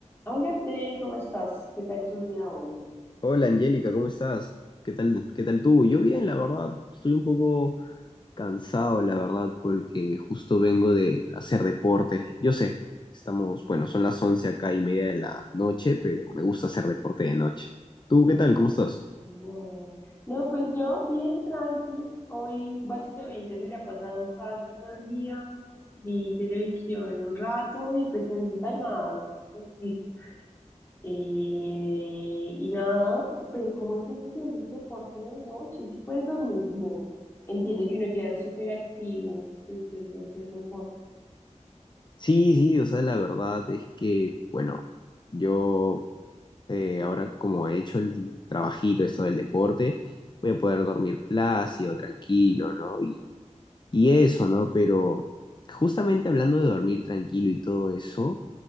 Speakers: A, on the left; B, on the left.
A: Hola Abdel, ¿cómo estás? ¿Qué tal tu día hoy?
B: Hola Angélica, ¿cómo estás? ¿Qué tal, qué tal tú? Yo bien, la verdad. Estoy un poco cansado, la verdad, porque justo vengo de hacer deporte. Yo sé, estamos, bueno, son las once acá y media de la noche, pero me gusta hacer deporte de noche. ¿Tú qué tal? ¿Cómo estás?
A: Wow. No, pues yo bien tranqui. Hoy básicamente me la he pasado en casa todo el día. Vi televisión un rato y pues ahorita nada, hablando contigo. Eh, y nada, pero ¿cómo es eso que haces deporte de noche? Si puedes dormir bien. Entiendo que uno queda súper activo después de hacer deporte.
B: Sí, sí, o sea, la verdad es que, bueno, yo eh, ahora como he hecho el trabajito, esto del deporte, voy a poder dormir plácido, tranquilo, ¿no? Y Y eso, ¿no? Pero justamente hablando de dormir tranquilo y todo eso,